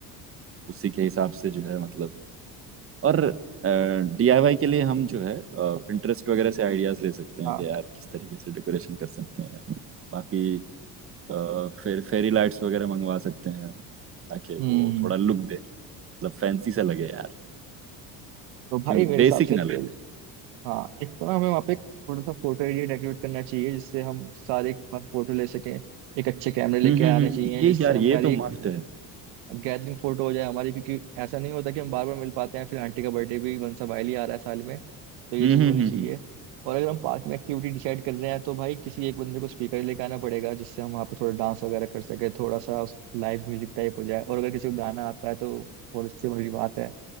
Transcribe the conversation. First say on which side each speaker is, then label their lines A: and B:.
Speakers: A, on the right; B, on the right.
A: उसी के हिसाब से जो है मतलब और डीआईवाई के लिए हम जो है पिंटरेस्ट वगैरह से आइडियाज ले सकते हैं
B: हाँ
A: कि यार किस तरीके से डेकोरेशन कर सकते हैं बाकी अ, फिर फेरी लाइट्स वगैरह मंगवा सकते हैं ताकि
B: हम्म
A: वो थोड़ा लुक दे मतलब फैंसी सा लगे यार
B: तो भाई
A: क्योंकि
B: मेरे हिसाब
A: बेसिक
B: से
A: ना लगे
B: फिर हाँ एक तो ना हमें वहाँ पे थोड़ा सा फोटो एरिया डेकोरेट करना चाहिए जिससे हम सारे एक साथ फोटो ले सकें एक अच्छे कैमरे लेके
A: हम्म हम्म
B: आने
A: हम्म
B: चाहिए
A: ये
B: जिससे
A: यार
B: हमारी
A: ये तो मस्त
B: एक
A: है
B: गैदरिंग फोटो हो जाए हमारी क्योंकि ऐसा नहीं होता कि हम बार बार मिल पाते हैं फिर आंटी का बर्थडे भी वंसा वाइली आ रहा है साल में तो ये
A: हम्म
B: चीज़
A: हम्म
B: होनी
A: हम्म
B: चाहिए
A: हम्म।
B: और अगर हम पार्क में एक्टिविटी डिसाइड कर रहे हैं तो भाई किसी एक बंदे को स्पीकर लेके आना पड़ेगा जिससे हम वहाँ पे थोड़ा डांस वगैरह कर सके थोड़ा सा लाइव म्यूजिक टाइप हो जाए और अगर किसी को गाना आता है तो और इससे बड़ी बात है